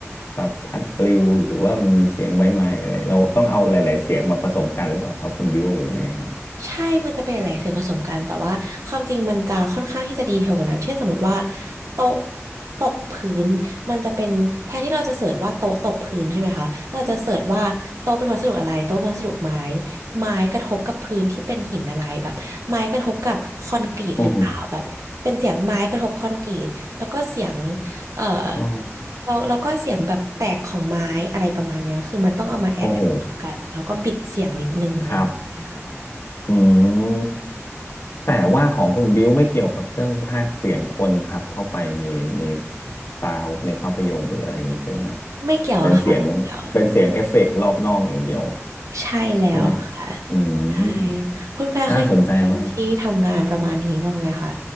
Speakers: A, on the left; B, on the right.
A: แบบพัดปลิวหรือว่ามันมีเสียงใบไม้อะไรเราต้องเอาหลายๆเสียงมาผสมกันหรือเปล่าครับคุณบิวหรือยังไงนะฮะ
B: ใช่มันจะเป็นหลายๆเสียงผสมกัน แต่ว่าความจริงมันจะค่อนข้างที่จะดีเทลกว่านั้นเช่นสมมติว่าโต๊ะตกพื้นมันจะเป็นแทนที่เราจะเสิร์ชว่าโต๊ะตกพื้นใช่ไหมคะเราจะเสิร์ชว่าโต๊ะเป็นวัสดุอะไรโต๊ะเป็นวัสดุไม้ไม้กระทบกับพื้นที่เป็นหินอะไรแบบไม้กระทบกับคอนกรีตหรือเปล่าแบบเป็นเสียงไม้กระทบคอนกรีตแล้วก็เสียง
A: โอ้โห
B: เอ่อ
A: อ๋อ
B: เราเราก็เสียงแบบแตกของไม้อะไรประมาณเนี้ยคือมันต้องเอามาแอดแอดรวมกันแล้วก็บิดเสียงนิดนึงอะไรอย่างเงี้ยค่ะ
A: โอ้โหครับอืม แต่ว่าของคุณบิวไม่เกี่ยวกับเรื่องพากย์เสียงคนทับเข้าไปในในซาวในภาพยนตร์หรืออะไรอย่างนี้ใช่ไหมฮะ
B: ไม่เกี่ยวอะค่ะไม่เกี่ยว
A: เป็นเสียงเป็นเสียงเอฟเฟกต์รอบนอกอย่างเดียว
B: ใช่แล้วค่ะ
A: ใช่ไหมฮะอืม
B: ใช่คุณแฟร์เคยเห็นคนที่ทำงานประมาณนี้บ้างไหมคะ
A: น่าสนใจมาก